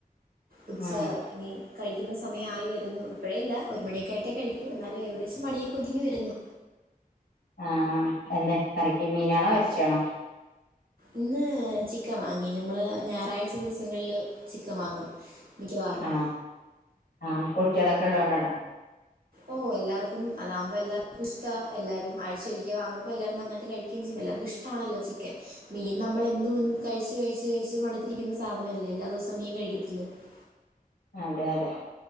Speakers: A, on the right (about 70°); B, on the left (about 90°).
A: ഉച്ച
B: ആഹ്
A: ഇനി കഴിക്കുന്ന സമയമായി വരുന്നു. ഇപ്പോഴേ ഇല്ല. ഒരു മണിയൊക്കായിട്ടേ കഴിക്കു. എന്നാലും ഏകദേശം പണിയൊക്കെ ഒതുങ്ങി വരുന്നു.
B: ആ, എന്താ കറിക്ക് മീനാണോ ഇറച്ചിയാണോ?
A: ഇന്ന് ചിക്കൻ വാങ്ങി. ഞമ്മള് ഞായറാഴ്ച ദിവസങ്ങളില് ചിക്കൻ വാങ്ങും. മിക്കവാറും
B: ആണോ, ആ, കുട്ടികൾഒക്കെ ഇള്ളോണ്ടാണൊ.
A: ഓ, എല്ലാർക്കും അതകുമ്പോ എല്ലർക്കും ഇഷ്ട. എല്ലാരും ആഴ്ച ഒരിക്ക വാങ്ങുമ്പോ എല്ലാവരും നന്നായിട്ട് കഴിക്കുകയും ചെയ്യും. എല്ലർക്കും ഇഷ്ട ഇഷ്ട്ടാണല്ലോ, ചിക്കൻ മീൻ നമ്മളെന്നും കഴിച്ച് കഴിച്ച് കഴിച്ച് മട്ത്തിരിക്ക്‌ന്ന സാധനല്ലേ, എല്ലാ ദിവസവും മീൻ കഴി ഇതില്ലേ <unintelligible>
B: അതെ, അതെ.